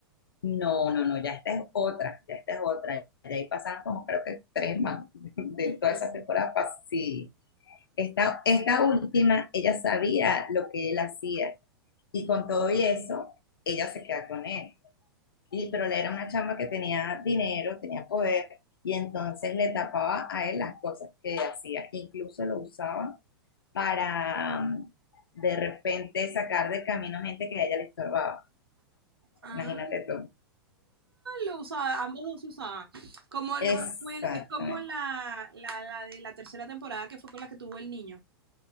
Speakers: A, on the left (about 70°); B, on the right (about 80°).
A: No, no, no, ya esta es otra, ya esta es otra. Ya ahí pasaron como creo que tres más <laughs> de toda
B: Sí.
A: esa temporada. pas- Sí, esta, esta última, ella sabía lo que él hacía y con todo y eso, ella se queda con él. Y, pero le era una chama que tenía dinero, tenía poder y entonces le tapaba a él las cosas que hacía. Incluso lo usaban para mm, de repente sacar de camino gente que a ella le estorbaba.
B: Ah,
A: Imagínate tú.
B: lo usaba, ambos dos se usaban. Como lo,
A: Exactamente.
B: bueno, es como la, la, la de la tercera temporada que fue con la que tuvo el niño.